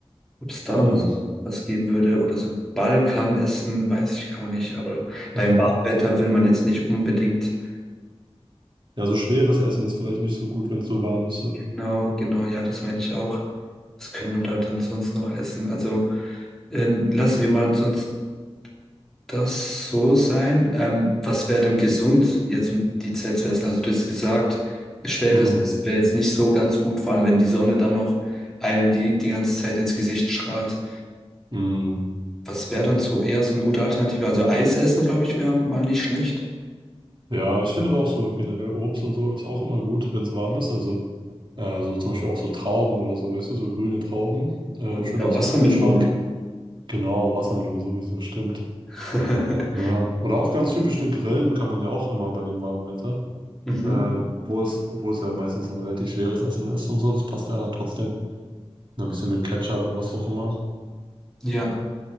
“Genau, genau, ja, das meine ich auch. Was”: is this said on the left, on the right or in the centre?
Centre